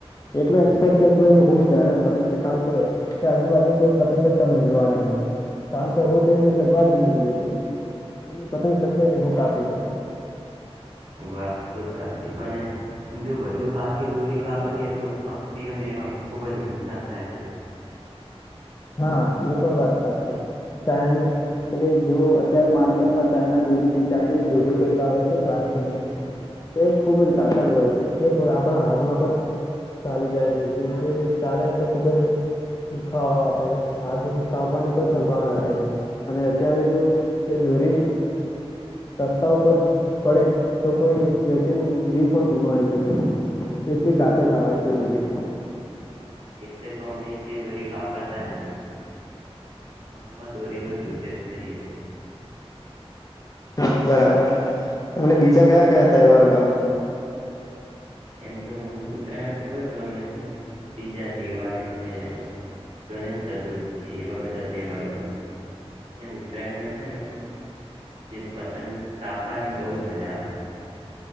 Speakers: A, on the left; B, on the right.
A: એટલું એક્સપર્ટ કે કોઈ ત્યારે પતંગ ચગાવતો હોય કે આજુબાજુ કોઈ પતંગ જ તમને જોવા નહી મળે કારણ કે હું તો એની ચગવા જ નથી દેતો એમની પતંગ ચગે ને હું કાપી દે
B: વાત તો સાચી પણ જો વધુ પાકી દોરી વાપરીએ તો પક્ષી ઓને પણ ખુબ જ નુકસાન થાય છે
A: હા એ પણ વાત સાચી એટ જો અત્યારે માર્કેટમાં ચાઈના દોરીથી ચાઇનીઝ દોરી કઈક આવે છે પ્લાસ્ટિકની તે ખુબ જ ગાતક હોય છે તે આપણા હાથમાં પણ ચાલી જાય છે તે ચાલે એટલે ખૂબ જ દુખાવા આપે છે હાથ કાપવાની પણ સંભાવના રહે છે અને અત્યારે જો એ દોરી રસ્તા ઉપર પડે તો કોઈ વ્યક્તિ ન જીવ પણ ગુમાવી શકે છે એટલી ઘાતક આવે છે એ દોરી
B: હા એટલે તો અમે તે દોરી વાપરતા જ નથી નોર્મલ દોરીનો જ ઉપયોગ કરીએ છીએ
A: હા બરાબર તમને બીજા કયા કયા તહેવારો ગમે
B: એમ તો મને ઉત્તરાયણ ખૂબ જ ગમે છે બીજા દિવાળી છે ગણેશ ચતુર્થી એવા બધા તહેવારો ગમે મને ઉત્તરાયણમાં છે ને જે પતંગ કાપવાની બહુજ મજા આવે